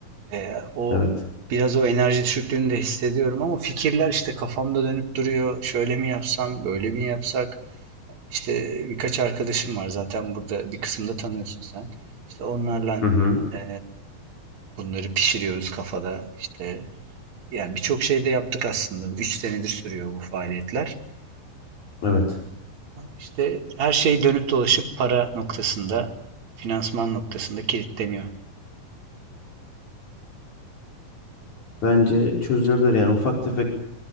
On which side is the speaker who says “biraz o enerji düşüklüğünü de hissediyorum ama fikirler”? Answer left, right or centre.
Right